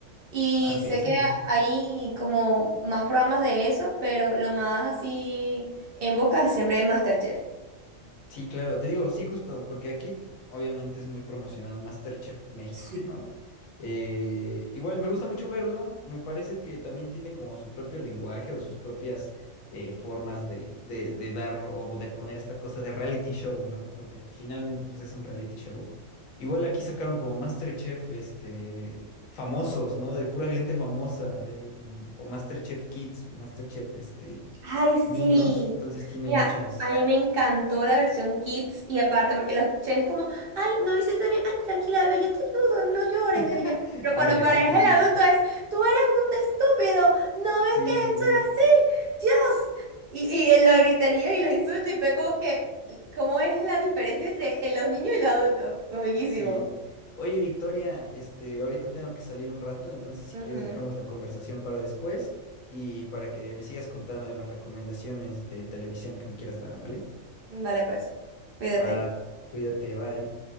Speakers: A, on the right; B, on the left.
A: Y
B: Ah, ok, sí,
A: sé que
B: sí, sí.
A: hay como más programas de eso, pero lo más así en boca es siempre Masterchef.
B: Sí, claro, te digo, sí, justo, porque aquí obviamente es muy promocionado MasterChef México,
A: Sí.
B: ¿no? Eh, igual me gusta mucho verlo, me parece que también tiene como su propio lenguaje o sus propias eh, formas de, de, de dar o de poner esta cosa de reality show, ¿no? Porque pues, finalmente pues es un reality show. Igual aquí sacaron como MasterChef, este, famosos, ¿no? De pura gente famosa, el- y- o MasterChef Kids, MasterChef, este,
A: Ay, sí.
B: niños, entonces tiene
A: Mira,
B: muchas
A: a mí me encantó la versión Kids y aparte porque los escuché como, ay, no lo hiciste bien, ay, tranquila, bebé, yo te ayudo, no llores,
B: <laughs>
A: bebé. ya". Pero
B: Ándale,
A: cuando aparece
B: justo así.
A: el adulto es, tú eres un estúpido, no ves
B: Sí,
A: que
B: sí,
A: eso
B: sí.
A: era así, Dios. Y, y él lo gritaría y lo insulta y fue como que, ¿cómo es la diferencia entre eh, los niños y los adultos? Comiquísimo.
B: Sí. Oye, Victoria, este, ahorita tengo que salir un rato, entonces si
A: Ujú.
B: quieres dejamos la conversación para después y para que me sigas contando de las recomendaciones de televisión que me quieras dar, ¿vale?
A: Vale, pues, cuídate.
B: Va, cuídate, bye.